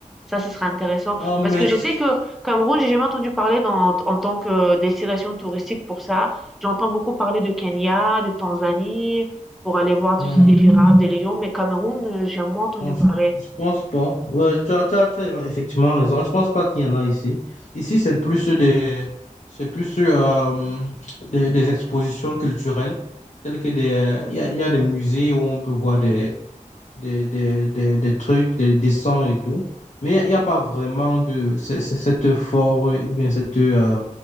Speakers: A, in the centre; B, on the left (about 60°).
A: Ça, ce serait intéressant.
B: Ah mais...
A: Parce que je sais que Cameroun, j'ai jamais entendu parler dans- en tant que destination touristique pour ça. J'entends beaucoup parler de Kenya, de Tanzanie, pour aller voir, tu
B: hmm.
A: sais, des girafes, des lions, mais Cameroun, euh, j'ai moins entendu
B: Non,
A: parler.
B: Je je pense pas. Ouais, tu as, tu as- tu as effectivement raison. Je pense pas qu'il y en a ici. Ici, c'est plus des, c'est plus euh, des, des expositions culturelles, telles que des, il y a, il y a des musées où on peut voir des, des, des, des, des trucs, des dessins et tout. Mais il n'y a, il y a pas vraiment de c'est- c'est- cette force ou bien cette, euh,